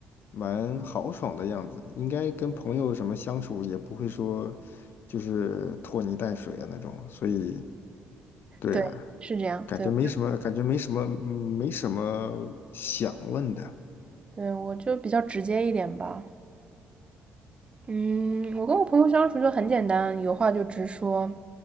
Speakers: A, on the left; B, on the right.
A: 蛮豪爽的样子，应该跟朋友什么相处也不会说就是拖泥带水的那种，所以对啊，
B: 对，是这样。
A: 感觉没什么，
B: 对，我就
A: 感觉没什么，嗯没什么想问的。
B: 对我就比较直接一点吧。嗯，我跟我朋友相处就很简单，有话就直说。